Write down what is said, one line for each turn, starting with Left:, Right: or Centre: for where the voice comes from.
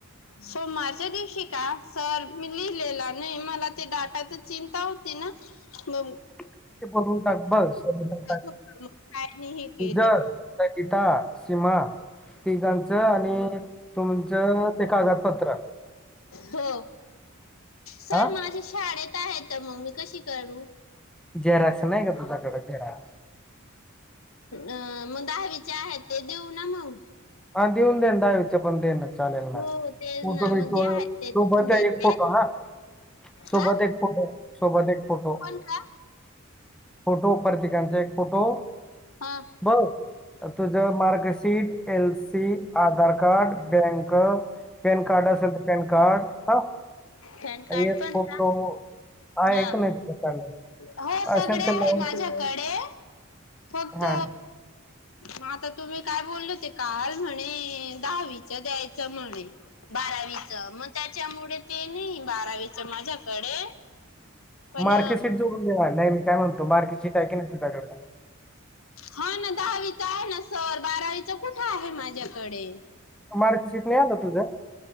Left: सोमारच्या दिवशी का? सर मी लिहिलेला नाही मला ते डाटाचं चिंता होती ना म
Centre: <unintelligible> <inaudible> टाक बघ तुझ
Left: होत मग काय नाही हे केलं
Centre: संगीता, सीमा तिघांचं आणि तुमचं ते कागदपत्रं
Left: हो, सर
Centre: हा
Left: माझ्या शाळेत आहेत तर म मी कशी करू?
Centre: झेराक्स नाही का तुझ्याकडे जेराक्स?
Left: अ मग दहावीचे आहेत ते देऊ ना मग?
Centre: हा देऊन दे ना दहावीचे पण दे ना चालेल ना,
Left: हो तेच
Centre: फोटो
Left: ना मग
Centre: बिटो
Left: जे आहे ते
Centre: सोबत
Left: लिहून देते.
Centre: एक फोटो हा सोबत
Left: हा
Centre: एक फोटो सोबत एक फोटो,
Left: पण का?
Centre: फोटो परत <inaudible> एक फोटो
Left: हा
Centre: बर तुझं marksheet - L C, Aadhaar card, bank PAN card असेल तर पॅन कार्ड हा
Left: पॅन कार्ड
Centre: एक
Left: पण
Centre: फोटो
Left: का
Centre: आहे
Left: हा
Centre: का नाही तुझ्याकडे
Left: हो सगळे
Centre: असेल
Left: आहे
Centre: तर लावून
Left: माझ्याकडे फक्त
Centre: हा
Left: मग आता तुम्ही काय बोलले होते काल म्हणे दहावीच द्यायचं म्हणे बारावीच मग त्याच्यामुळे ते नाही बारावीच माझ्याकडे पण
Centre: मार्कीेशीीट
Left: अ,
Centre: जोडून घे नाही मी काय म्हणतो मार्कीेशीीट आहे की नाही तुझ्याकड
Left: हा ना दहावीचा आहे ना सर बारावीचा कुठे आहे माझ्याकडे
Centre: मार्कशीीट नाही आलं तुझं